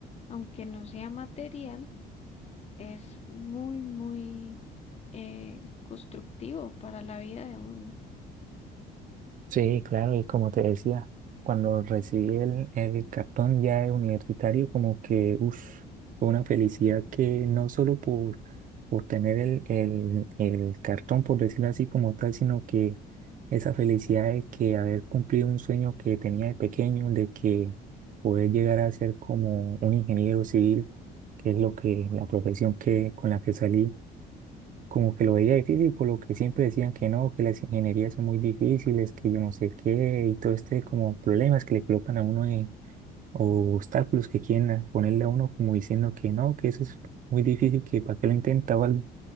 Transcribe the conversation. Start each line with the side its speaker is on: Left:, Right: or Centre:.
Left: aunque no sea material, es muy, muy eh, constructivo para la vida de uno.
Right: Sí, claro, y como te decía, cuando recibí el, el cartón ya de universitario, como que, uff, fue una felicidad que no solo por, por tener el, el, el cartón, por decirlo así como tal, sino que esa felicidad de que haber cumplido un sueño que tenía de pequeño, de que poder llegar a ser como un ingeniero civil, que es lo que, la profesión que, con la que salí como que lo veía difícil, por lo que siempre decían que no, que las ingenierías son muy difíciles, que yo no sé qué, y todo este como problemas que le colocan a uno eh, o obstáculos que quieren a- ponerle a uno como diciendo que no, que eso es muy difícil, que para qué lo intenta o algo.